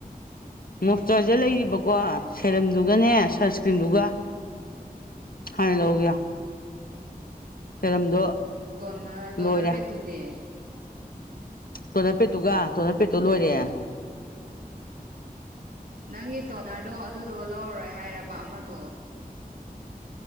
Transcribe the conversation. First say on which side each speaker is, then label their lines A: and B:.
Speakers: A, on the left (about 70°); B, on the right (about 70°).
A: ꯃꯣꯏꯁꯇꯨꯔꯥꯏꯖꯔ ꯂꯩꯔꯤꯕꯀꯣ ꯁꯦꯔꯝꯗꯨꯒꯅꯦ
B: ꯎꯝ
A: ꯁꯟꯁꯀ꯭ꯔꯤꯟꯗꯨꯒ ꯍꯥꯏꯅ ꯂꯧꯒ‌‌ꯦ ꯌꯥ ꯁꯦꯔꯝꯗꯣ
B: ꯇꯣꯅꯔ ꯇꯣꯅꯥ
A: ꯂꯣꯏꯔꯦ
B: ꯄꯦꯠꯇꯨꯗꯤ
A: ꯇꯣꯅꯄꯦꯠꯇꯨꯒ ꯇꯣꯅꯔꯄꯦꯠꯇꯨ ꯂꯣꯏꯔꯦ
B: ꯅꯪꯒꯤ ꯇꯣꯅꯔꯗꯣ ꯑꯗꯨꯗꯣ ꯂꯧꯔꯔꯣꯏ ꯍꯥꯏꯔꯕ ꯑꯃꯗꯣ